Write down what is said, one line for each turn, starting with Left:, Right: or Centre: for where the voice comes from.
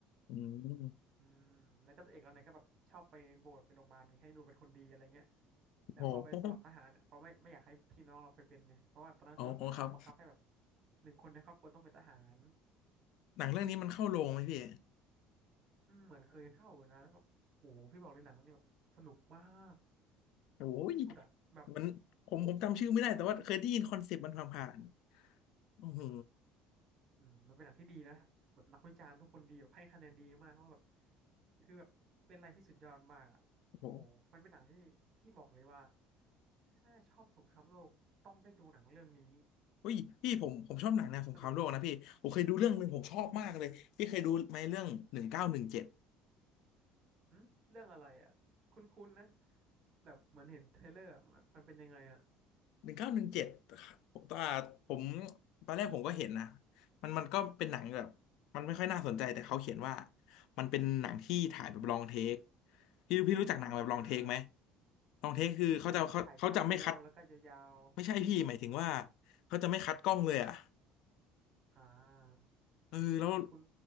Left: อืม
Right: อืมแล้วก็ตัวเอกเราเนี่ยก็แบบชอบไปโบสถ์ไปโรงพยาบาลไงให้ดูเป็นคนดีอะไรเงี้ยแล้วพอไปสมัครทหารเนี่ยเขาไม่ไม่อยากให้พี่น้องเราไปเป็นเนี่ยเพราะว่าตอนนั้นคือแบบเหมือนเขาบังคับให้แบบ
Left: โอ้โห อ๋อครับ
Right: หนึ่งคนในครอบครัวต้องเป็นทหาร
Left: หนังเรื่องนี้มันเข้าโรงไหมพี่
Right: อืมเหมือนเคยเข้าอยู่นะแล้วแบบโอ้โหพี่บอกเลยหนังเรื่องนี้แบบสนุกมาก
Left: โอ้ย
Right: ที่สุดอะแบบ
Left: มันผมผมจำชื่อไม่ได้แต่ว่าเคยได้ยินคอนเซปต์มันผ่านๆโอ้โห
Right: อืมมันเป็นหนังที่ดีนะแบบนักวิจารณ์ทุกคนดีแบบให้คะแนนดีมากเพราะว่าแบบคือแบบเป็นอะไรที่สุดยอดมากอ่ะโหมันเป็นหนังที่พี่บอกเลยว่า
Left: โอ้โห
Right: ถ้าชอบสงครามโลกต้องได้ดูหนังเรื่องนี้
Left: เฮ้ยพี่ผมผมชอบหนังแนวสงครามโลกนะพี่ผมเคยดูเรื่องหนึ่งผมชอบมากเลยพี่เคยดูไหมเรื่องหนึ่งเก้าหนึ่งเจ็ด
Right: มันสนุกสุดๆอืมอืมเรื่องอะไรอ่ะคุ้นๆนะแบบเหมือนเห็นเทรลเลอร์อะมันมันเป็นยังไงอ่ะ
Left: หนึ่งเก้าหนึ่งเจ็ดผมตอนผมตอนแรกผมก็เห็นนะมันมันก็เป็นหนังแบบมันไม่ค่อยน่าสนใจแต่เขาเขียนว่ามันเป็นหนังที่ถ่ายแบบลองเทคพี่พี่รู้จักหนังแบบลองเทคไหม
Right: อ่า
Left: ลองเทคคือเขาจะเขาเขาจะไม่คัด
Right: อืมมันแบบถ่ายฉากเดียวแล้วก็ยาว
Left: ไม่ใช่พี่หมายถึงว่าเขาจะไม่คัดกล้องเลยอ่ะ
Right: ๆอ่า
Left: เออแล้ว
Right: อืมคุ้น